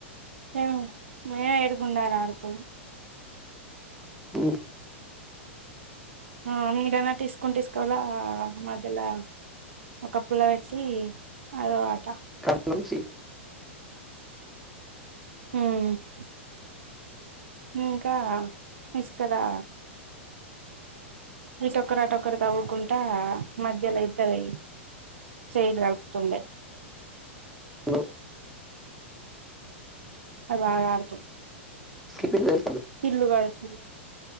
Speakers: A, on the right; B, in the centre.
A: ఆ మే ఏడుగుండాలాడికి
B: ఉ
A: ఆ మీరన్నా తిస్కౌంట్ తీసుకోవాలా మధ్యల ఒక పుల్ల వెచ్చి అద ఆట
B: కా తుల్ సి
A: ఉ ఉ ఉ ఇంకా తిసుకరా ఇటోకరు అటొకరు తవ్వుకుంటా మధ్యలో ఇద్దవి చేయీ కలు తుండే
B: హలో
A: అది బాగా వాడతాం
B: స్కిప్పింగ్ తెలుస్
A: ఇల్లు కడతాం